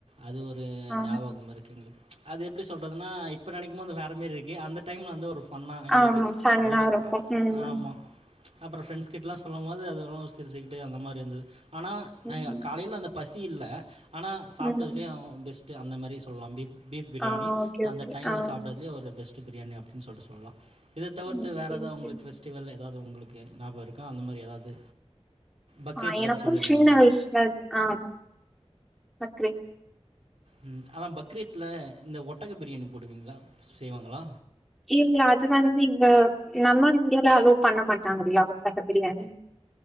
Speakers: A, on the right; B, in the centre.
A: அது ஒரு
B: ஆ
A: ஞாபகம் இருக்குங்க அது எப்டி சொல்றதுன்னா இப்ப நெனைக்கும் போது அது வேற மாரி இருக்கு அந்த டைம்ல வந்து ஒரு பண்ணால் எங்களுக்கு
B: ஆமா ஃபன்னா
A: அதுக்க
B: இருக்கு
A: அ
B: ம்
A: ஆமா அப்பற ஃப்ரண்ஸ் கிட்டல்லா சொல்லும் போது அதல்லா சிரிச்சுக்கிட்டு அந்த மாரி இருந்தது ஆனா
B: ம்
A: காலையில அந்த பசி இல்ல ஆனா சாப்ட்டதுலே
B: ம்
A: அவ பெஸ்ட்டு அந்த மாரி சொல்லலா பீஃப் பீஃப் பிரியாணி
B: ஆ ஓகே
A: அந்த
B: ஓகே
A: டைமில
B: ஆ
A: சாப்ட்டதுலயே ஒரு பெஸ்ட்டு பிரியாணி அப்டின்னு சொல்ட்டு சொல்லலா இத தவிர்த்து
B: ஓகே
A: வேறு எதா
B: ஓகே
A: உங்களுக்கு ஃபெஸ்டிவல் ஏதாவது உங்களுக்கு ஞாபக இருக்கா அந்த மாரி ஏதாவது பக்ரீத்
B: ஆ எனக்கும்
A: பத்தி சொல்லியிருந்தீங்களே!
B: சின்ன வயசல ஆ <unintelligible>
A: ம் அதா பக்ரீத்ல இந்த ஒட்டக பிரியாணி போடுவீங்களா செய்வாங்களா
B: இல்ல அது வந்து இங்க நம்மா இந்தியால அலோவ் பண்ண மாட்டாங்கல்லியா ஓட்டக பிரியாணி